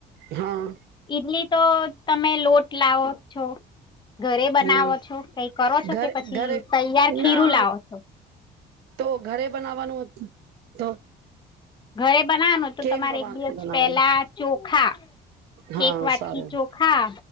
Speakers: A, on the right; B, on the left.
A: હા.
B: ઈડલી તો તમે લોટ લાવો છો, ઘરે બનાવો
A: હમ
B: છો કઈ કરો છો
A: ઘરે
B: કે પછી
A: ઘરે
B: તૈયાર ખીરું
A: ના
B: લાવો છો?
A: તો ઘરે બનાવવાનું તો
B: ઘરે બનાવવાનું તો
A: કેમ
B: તમારે
A: બના
B: એક દિવસ
A: બનાવાનું
B: પેલા ચોખા,
A: હા
B: એક વાટકી
A: સારું
B: ચોખા